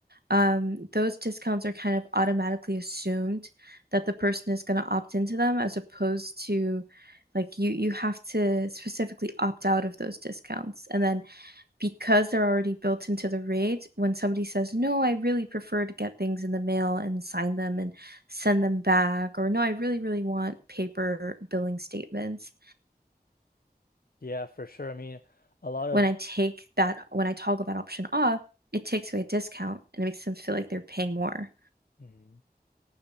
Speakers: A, on the right; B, on the left.
A: um, those discounts are kind of automatically assumed that the person is going to opt into them as opposed to like you you have to specifically opt out of those discounts and then because they're already built into the rate, when somebody says, "No, I really prefer to get things in the mail and sign them and send them back," or, "No, I really, really want paper billing statements,"
B: Yeah, for sure. I mean, a lot
A: when
B: of
A: I take that when I toggle that option off, it takes away a discount and it makes them feel like they're paying more.
B: Mhm.